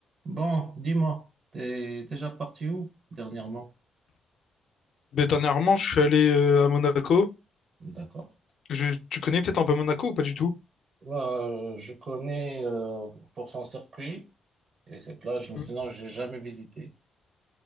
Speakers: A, on the right; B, on the left.
A: Bon, dis-moi, t'es déjà parti où dernièrement?
B: Ben, dernièrement, je suis allé euh, à Monaco.
A: D'accord.
B: Je- tu connais peut-être un peu Monaco ou pas du tout?
A: Ouais, euh, je connais euh, pour son circuit et ses plages, mais
B: Hmm.
A: sinon j'ai jamais visité.